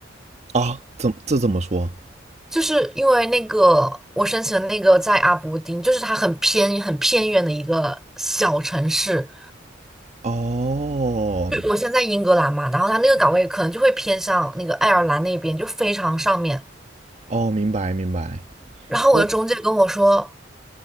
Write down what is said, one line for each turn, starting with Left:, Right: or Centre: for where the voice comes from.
Right: 啊，怎这怎么说？
Centre: 就是因为那个我申请的那个在阿伯丁，就是它很偏很偏远的一个小城市。
Right: 哦，
Centre: 就我现在在英格兰嘛，然后它那个岗位可能就会偏向那个爱尔兰那边，就非常上面。
Right: 哦，明白明白。
Centre: 然后我的中介跟我说，
Right: 那